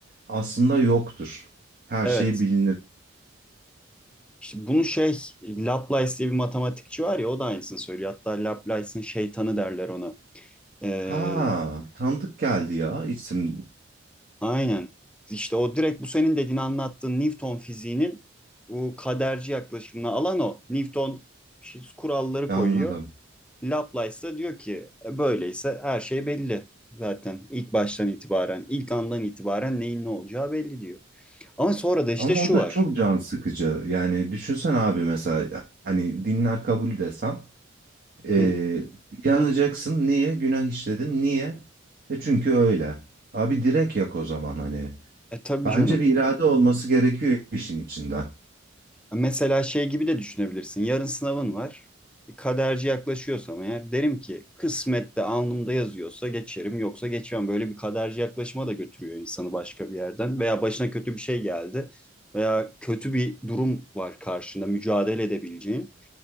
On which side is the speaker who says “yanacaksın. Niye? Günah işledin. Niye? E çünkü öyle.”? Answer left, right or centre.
Right